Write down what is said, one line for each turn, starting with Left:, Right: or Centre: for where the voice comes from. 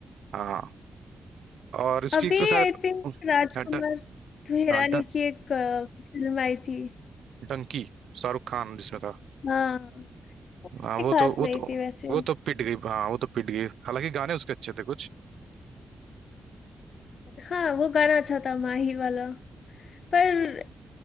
Right: हाँ और इसकी
Left: अभी
Right: एक तो शायद
Left: आई थिंक
Right: हाँ,
Left: राजकुमार
Right: ड-
Left: हिरानी
Right: हाँ, ड-
Left: की एक फिल्म आई थी
Right: डंकी शाहरुख खान जिसमें था
Left: हाँ वो
Right: हाँ
Left: इतनी
Right: वो
Left: खास
Right: तो वो
Left: नहीं
Right: तो
Left: थी वैसे
Right: वो तो पिट गई हाँ वो तो पिट गई हालांकि गाने उसके अच्छे थे कुछ
Left: हाँ वो गाना अच्छा था माही वाला पर